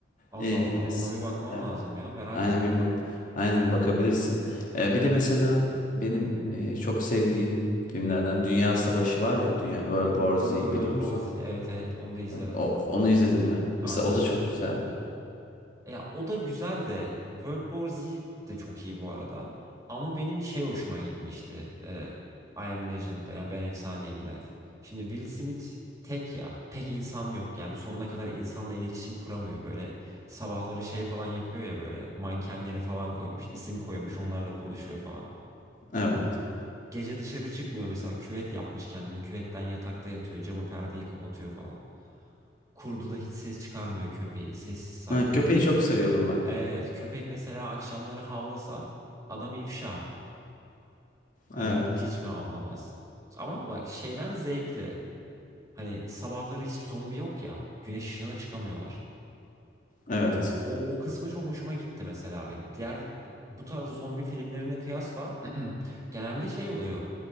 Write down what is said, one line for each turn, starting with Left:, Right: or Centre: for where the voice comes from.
Right: Allah
Left: E,
Right: Allah
Left: mes-
Right: ona bir bakmam
Left: evet.
Right: lazım ya merak
Left: Aynen
Right: ettim.
Left: bir bak- aynen bir bakabilirsin. Ee, bir de mesela benim e, çok sevdiğim filmlerden Dünya Savaşı var ya, Dünya World War Z
Right: World
Left: biliyor musun?
Right: War Z evet evet onu da izledim.
Left: Hani O, onu izledin mi?
Right: Aynen.
Left: Mesela o da çok güzel.
Right: Ya o da güzel de World War Z de çok iyi bu arada. Ama benim şey hoşuma gitmişti. E, I Am Legend'da yani ben efsaneyim de. Şimdi Will Smith tek ya. Pek insan yok. Yani sonuna kadar insanla iletişim kuramıyor. Böyle sabahları şey falan yapıyor ya böyle mankenleri falan koymuş. isim koymuş onlarla konuşuyor falan.
Left: Evet.
Right: Gece dışarı çıkmıyor mesela küvet yapmış kendine. Küvetten yatakta yatıyor. Camı perdeyi kapatıyor falan. Kurdu da hiç ses çıkarmıyor köpeği. Sessiz sakin.
Left: Ha, köpeği
Right: Hani
Left: çok seviyordum ben.
Right: Evet, köpek mesela akşamları havlasa adam ifşa. Hani
Left: Evet.
Right: hiç mi havlamaz? Ama bak şeyden zevkli. Hani sabahları hiç zombi yok ya. Güneş ışığına çıkamıyorlar.
Left: Evet.
Right: O, o kısmı çok hoşuma gitti mesela benim. Diğer bu tarz zombi filmlerine kıyasla <clears throat> genelde şey oluyor.